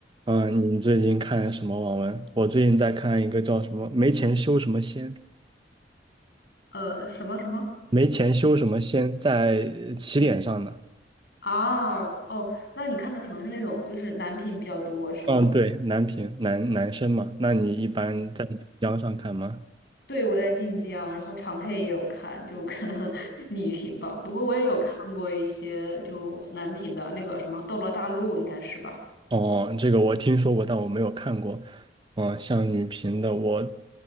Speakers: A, on the right; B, on the left.
A: 嗯，你最近看什么网文？我最近在看一个叫什么“没钱修什么仙”，
B: <laughs> 呃，什么什么
A: 没钱修什么仙，在呃起点上的。
B: 啊？哦，那你看的可能是那种就是男频比较多，是吗？
A: 嗯，对，男频男男生嘛。那你一般在江上看吗？
B: 对，我在晋江，然后长佩也有看，就可能 <laughs> 女频吧。不过我也有看过一些就男频的那个什么《斗罗大陆》，应该是吧？
A: 哦，这个我听说过，但我没有看过。嗯、像女频的我